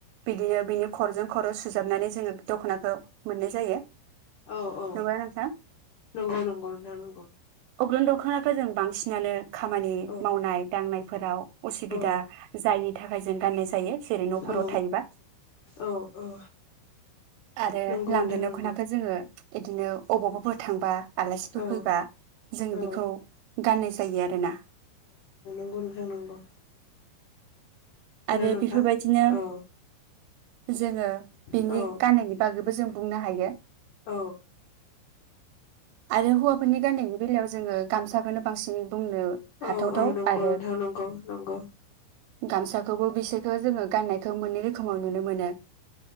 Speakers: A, on the right; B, on the left.
A: बिदिनो बिनि खर'जों खर' सुजाबनानै जोंङो दख'नाखौ मोननाय जायो।
B: औ औ
A: नंगौना नोंथां
B: नंगौ नंगौ नं गौ।
A: अग्रुं दौखनाखौ जों बांसिनानो खामानि
B: औ
A: मावनाय-दांनाय फोराव असुबिदा
B: औ
A: जायिनि नि थाखाय जों गाननाय जायो जेरै न'फोराव
B: औ
A: थायोबा।
B: औ औ
A: आरो
B: नंगौ
A: लांगा
B: नोंथां
A: दख'नाखौ
B: नंगौ
A: जोङो बिदिनो अबावबाफोर थांबा आलासिफोर
B: औ
A: फैबा जोंङो
B: औ
A: बेखौ गाननाय जायो आरोना।
B: नोंखौ नोंथां नोंगौ।
A: आरो
B: नोंथां
A: बेफोरबायदिनो
B: औ
A: जोंङो बेनि
B: औ
A: गाननायनि बागैबो जों बुंनो हायो।
B: औ
A: आरो हौवाफोरनि गान्नायनि बेलायाव जोंङो गामसाखौनो बांसिन बुंनो हाथावथाव
B: औ औ नंगौ
A: आरो
B: नोंथां नंगौ नंगौ
A: गामसाखौबो बिसोरखौ जोंङो गाननाय खौ मोननै रोखोमा दं नुनो मोनो।